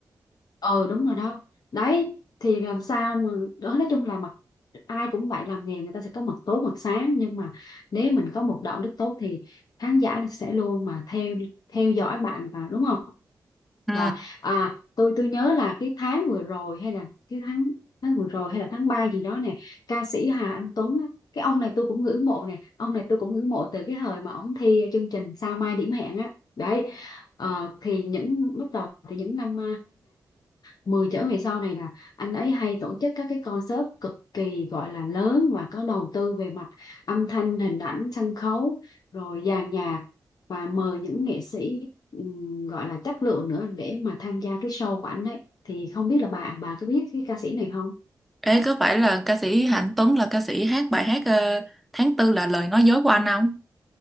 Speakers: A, on the left; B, in the centre.
A: ừ đúng rồi đó đấy thì làm sao mà đó nói chung là mặt ai cũng vậy làm nghề người ta sẽ có mặt tối mặt sáng nhưng mà nếu mình có một đạo đức tốt thì khán giả nó sẽ luôn mà theo theo dõi bạn và đúng không
B: Ừ.
A: rồi à tôi tôi nhớ là cái tháng vừa rồi hay là cái tháng tháng vừa rồi hay là tháng 3 gì đó nè ca sĩ Hà Anh Tuấn á, cái ông này tôi cũng ngưỡng mộ nè ông này tôi cũng ngưỡng mộ từ cái thời mà ông thi chương trình Sao Mai Điểm Hẹn á đấy Ờ, thì những lúc đầu thì những năm 10 trở về sau này là anh ấy hay tổ chức các cái concert cực kỳ gọi là lớn và có đầu tư về mặt âm thanh, hình ảnh, sân khấu, rồi dàn nhạc và mời những nghệ sĩ ừm, gọi là chất lượng nữa để mà tham gia cái show của anh ấy. Thì không biết là bà bà có biết cái ca sĩ này không?
B: Ê, có phải là ca sĩ Hạnh Tuấn là ca sĩ hát bài hát ờ, tháng tư là lời nói dối của anh không?